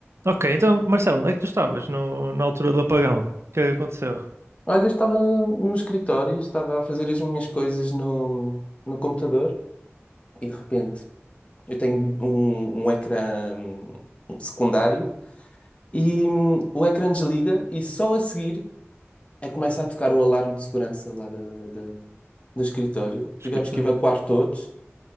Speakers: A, on the right (about 65°); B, on the left (about 25°).
A: Ok, então, Marcelo, onde é que tu estavas no, na altura do apagão? O que é que aconteceu?
B: Olha, eu estava no escritório, estava a fazer as minhas coisas no, no computador e de repente eu tenho um, um ecrã hum, secundário e hum, o ecrã desliga e só a seguir é que começa a tocar o alarme de segurança lá da, da- do escritório.
A: Esquita.
B: Tivemos que evacuar todos